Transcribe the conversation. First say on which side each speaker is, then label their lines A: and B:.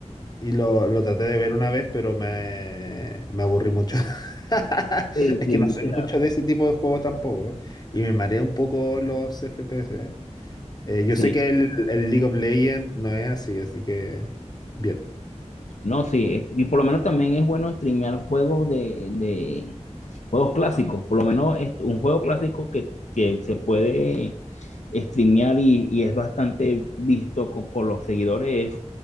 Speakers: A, on the left; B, on the left.
A: Y lo, lo traté de ver una vez, pero me, me aburrí mucho. <laughs>
B: Sí,
A: Es
B: sí,
A: que
B: literal.
A: no soy mucho de ese tipo de juegos tampoco. Y me marea un poco los FPS. ¿eh? Eh, yo
B: Sí,
A: sé que el, el League of Legends no es así, así que bien.
B: no, sí, es- y por lo menos también es bueno streamear juegos de, de juegos clásicos, por lo menos es un juego clásico que, que se puede streamear y, y es bastante visto co- por los seguidores es